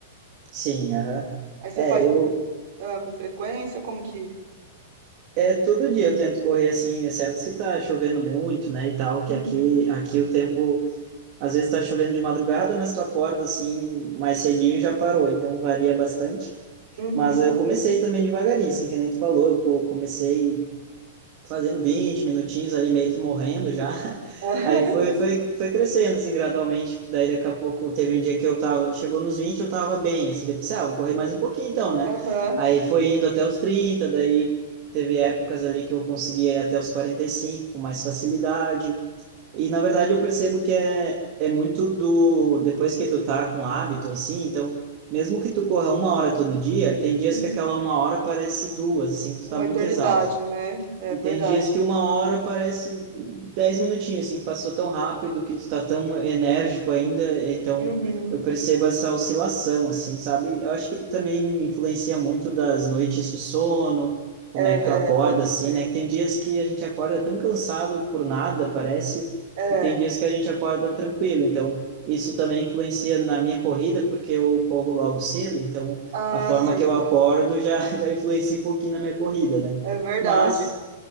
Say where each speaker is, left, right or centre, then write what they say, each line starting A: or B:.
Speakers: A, on the right (about 40°); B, on the right (about 55°).
A: Sim, aham.
B: Aí você
A: É,
B: faz
A: eu,
B: ah, com frequência, como que.
A: É, todo dia eu tento correr assim, exceto se tá chovendo muito, né, e tal,
B: Uhum,
A: que aqui, aqui o tempo, às vezes tá chovendo de madrugada, mas tu acorda assim, mais cedinho já parou, então varia bastante.
B: uhum.
A: Mas eu comecei também devagarinho, assim, que nem tu falou, eu co- comecei fazendo 20 minutinhos ali, meio que morrendo já. <laughs>
B: <laughs>
A: Aí foi, foi, foi crescendo, assim, gradualmente. Daí daqui a pouco teve um dia que eu tava, chegou nos 20 eu tava bem, assim, depois, ah, vou correr mais um pouquinho então, né?
B: Aham,
A: Aí foi indo até os 30, daí teve épocas ali que eu conseguia ir até os 45 com mais facilidade. E na verdade eu percebo que é, é muito do, depois que tu tá com hábito, assim, então. Mesmo que tu corra uma hora todo dia, tem dias
B: uhum.
A: que aquela uma hora parece duas, assim, que tu
B: Uma
A: tá muito
B: eternidade,
A: exausto.
B: né? É
A: E
B: verdade.
A: tem dias que uma hora parece dez minutinhos, assim, passou tão rápido que tu tá tão enérgico ainda, então
B: Uhum.
A: eu percebo essa oscilação, assim, sabe? Eu acho que também influencia muito das noites de sono, como
B: É,
A: é que tu acorda,
B: é, pode ser.
A: assim, né? Que tem dias que a gente acorda tão cansado por nada, parece,
B: É.
A: e tem dias que a gente acorda tranquilo, então isso também influencia na minha corrida, porque eu corro logo cedo, então
B: Ah,
A: a forma
B: sim,
A: que eu acordo já, <laughs> já influencia um pouquinho na minha corrida, né?
B: é verdade.
A: Mas